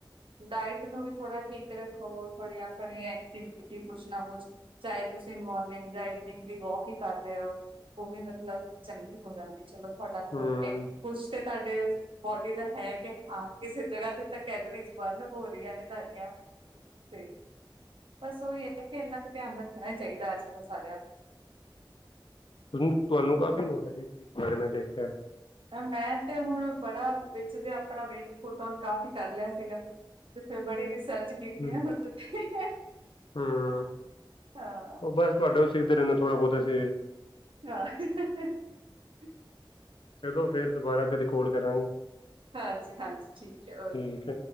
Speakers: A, on the right; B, on the left.
A: ਡਾਇਟ ਨੂੰ ਵੀ ਥੋੜਾ ਠੀਕ ਰੱਖੋ, ਥੋੜ੍ਹੀ ਆਪਣੇ ਐਕਟੀਵਿਟੀ ਕੁਛ ਨਾ ਕੁਛ ਚਾਏ ਤੁਸੀਂ ਮੋਰਨਿੰਗ ਡਾਈਟਨਿੰਗ ਦੀ ਵੋਕ ਈ ਕਰ ਰਏ ਔ। ਉਹ ਵੀ ਮਤਲਬ ਚੰਗੀ ਹੋ ਜਾਂਦੀ ਚਲੋ ਤੁਹਾਡਾ
B: ਹੂੰ
A: ਕੁਛ ਤੇ ਤੁਹਾਡੇ ਬੋਡੀ ਦਾ ਹੈ ਕਿ ਹਾਂ ਕਿਸੇ ਜਗ੍ਹਾ ਤੇ ਤਾਂ ਕੈਲਰੀਜ਼ ਬੰਨ ਹੋ ਰਹੀਆਂ ਨੇ ਤੁਹਾਡੀਆਂ। ਤੇ ਬਸ ਉਹੀ ਐ ਕਿ ਇੰਨਾ ਕੁ ਧਿਆਨ ਰੱਖਣਾ ਹੀ ਚਾਈਦਾ ਅੱਜਕੱਲ ਸਾਰਿਆਂ ਨੂੰ।
B: ਤੁਹਾਨੂੰ
A: ਨੂੰ
B: ਕਾਫ਼ੀ ਨੌਲੇਜ ਇਸ ਬਾਰੇ ਮੈਂ ਦੇਖਿਐ।
A: ਮੈਂ ਤੇ ਹੁਣ ਬੜਾ ਵਿੱਚ ਜੇ ਆਪਣਾ ਵੇਟ ਪੁਟ ਔਨ ਕਾਫ਼ੀ ਕਰ ਲਿਆ ਸੀਗਾ। ਤੇ ਬੜੀ ਰਿਸਰਚ ਕੀਤੀ
B: ਹੂੰ।
A: ਐ ਹੁਣ ਤੇ।
B: ਹੂੰ,
A: ਹਾਂ।
B: ਉਹ ਬਸ ਤੁਹਾਡੇ ਤੋਂ ਸਿਖਦੇ ਰੇਨੇ ਥੋੜਾ ਬੋਤ ਅਸੀ।
A: ਆਹ।
B: ਚਲੋ, ਫੇਰ ਦੁਬਾਰਾ ਕਦੀ ਕੋਲ ਕਰਾਂਗੇ।
A: ਹਾਂਜੀ-ਹਾਂਜੀ, ਠੀਕ ਐ
B: ਠੀਕ
A: ਓਕੇ।
B: ਹੈ